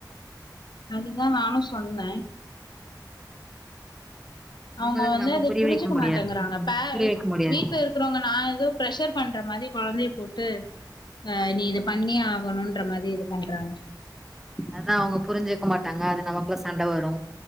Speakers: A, on the left; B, in the centre.
A: அதுதா நானு சொன்ன அவங்க
B: அவங்களுக்கு
A: வந்து
B: நம்ம
A: அத
B: புரிய
A: புரிஞ்சிக்க
B: வைக்க முடியாது
A: மாட்டேங்கறாங்க
B: ம்.
A: பே
B: புரிய வைக்க முடியாது
A: வீட்ல இருக் றவங்க நா எதோ ப்ரெஷர் பண்ற மாரி கொழந்தைய போட்டு ஆ நீ இத பண்ணியே ஆகணுன்ற மாரி இது பண்றாங்க
B: அத அவங்க புரிஞ்சிக்க மாட்டாங்க அது நமக்குள்ள சண்ட வரு